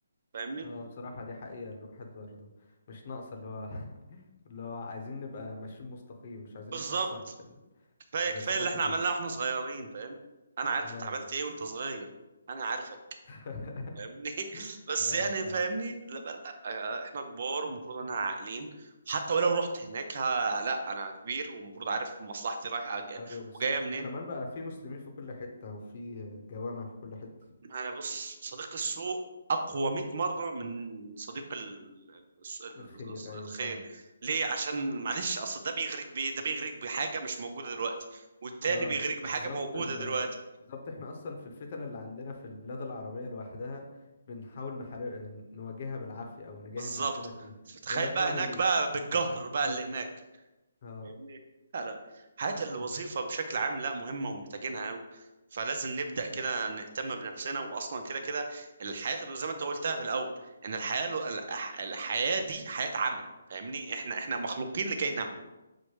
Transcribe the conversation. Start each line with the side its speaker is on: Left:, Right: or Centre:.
Right: فاهمني
Left: اه بصراحة دي حقيقة الواحد برضه مش ناقصة اللي هو <laughs> اللي هو عايزين نبقى ماشيين مستقيم مش عايزين
Right: بالظبط
Left: نتأثر بال...
Right: كفايه
Left: بثقافة
Right: كفايه اللي احنا
Left: تانية
Right: عملناه واحنا صغيرين فاهم انا عارف
Left: اه
Right: انت عملت
Left: بالظبط
Right: ايه وانت صغير انا عارفك
Left: <laughs>
Right: فاهمني <laughs> بس
Left: اه
Right: يعني
Left: فاهم
Right: فاهمني لا بقى لا آه، احنا كبار ومفروض انا عاقلين وحتى ولو رحت هناك ها لا انا كبير ومفروض عارف مصلحتي رايحه جا-
Left: ايوه بالظبط
Right: وجايه منين
Left: وكمان بقى في مسلمين في كل حتة وفي جوامع في كل حتة
Right: ما انا بص صديق السوء اقوى 100 مره من صديق ال- الس- ال-
Left: من الخير ايوه
Right: الخير
Left: فاهم
Right: ليه عشان معلش اصل ده بيغريك بايه ده بيغريك بحاجه مش موجوده دلوقتي والتاني
Left: اه
Right: بيغريك
Left: بالظبط
Right: بحاجه موجوده
Left: ال...
Right: دلوقتي
Left: بالظبط احنا اصلا في الفتن اللي عندنا في البلاد العربية لوحدها بنحاول نحارب نواجهها بالعافية او نجاهد
Right: بالظبط
Left: نفسنا فيها
Right: فتخيل
Left: ما بالك
Right: بقى
Left: بقى
Right: هناك
Left: بال
Right: بقى بالجهر بقى
Left: بالظبط
Right: اللي هناك
Left: اه
Right: فاهمني لا لا حياة الوظيفة بشكل عام لا مهمة ومحتاجينها أوي فلازم نبدأ كده نهتم بنفسنا وأصلا كده كده الحياة اللي زي ما أنت قلتها في الأول إن الحياة لو- الح- الحياة دي حياة عمل فاهمني إحنا إحنا مخلوقين لكي نعمل